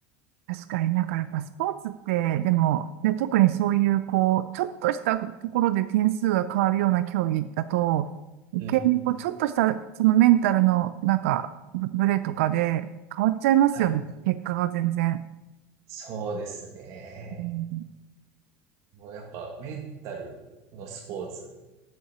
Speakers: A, on the right; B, on the right.
A: 確かになんかやっぱスポーツって、でも、で、特にそういう、こう、ちょっとしたところで点数が変わるような競技だと、余計にこう、
B: うん。
A: ちょっとした、そのメンタルの、なんか、ブブレとかで変わっちゃいますよね。
B: はい。
A: 結果が全然。
B: そうですね。
A: う
B: もうやっぱメンタルのスポーツ